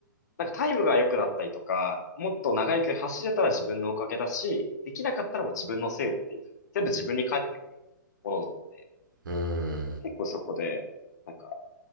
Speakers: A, on the left; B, on the right.
A: なんかタイムが良くなったりとか、もっと長い距離走れたら自分のおかげだし、できなかったらもう自分のせいっていうふうに、全部自分に返ってくるものなので、
B: うーん。
A: 結構そこで、なんか